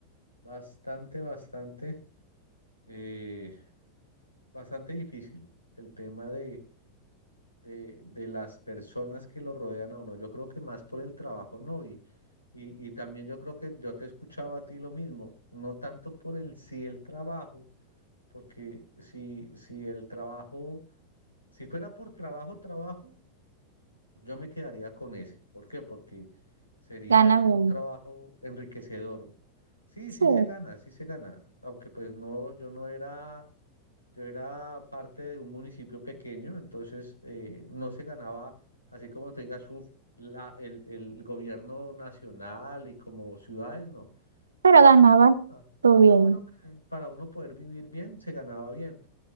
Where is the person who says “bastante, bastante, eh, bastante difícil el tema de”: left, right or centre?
Left